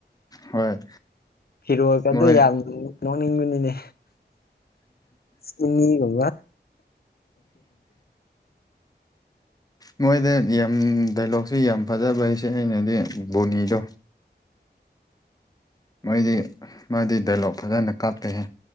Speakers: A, on the left; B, on the left.
A: ꯍꯣꯏ
B: ꯍꯤꯔꯣꯀꯗꯤ
A: ꯃꯣꯏ
B: ꯑꯗꯨ ꯌꯥꯝ ꯅꯣꯛꯅꯤꯡꯕꯅꯤꯅꯦ ꯆꯃꯤ ꯑꯣ
A: ꯃꯣꯏꯗꯤ ꯌꯥꯝ ꯗꯥꯏꯂꯣꯛꯁꯨ ꯌꯥꯝ ꯐꯖꯕ ꯍꯥꯏꯁꯦ ꯑꯩꯅꯗꯤ ꯕꯣꯅꯤꯗꯣ ꯃꯣꯏꯗꯤ ꯃꯥꯗꯤ ꯗꯥꯏꯂꯣꯛ ꯐꯖꯅ ꯀꯥꯞꯄꯦꯍꯦ